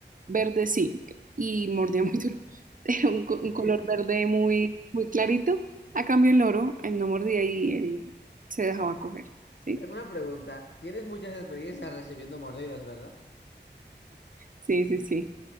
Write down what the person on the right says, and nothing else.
verde, sí, y mordía muy duro, <laughs> era un, co- un
color verde muy, muy clarito, a cambio el loro, él no mordía y él se dejaba coger, ¿sí?
Sí, sí, sí.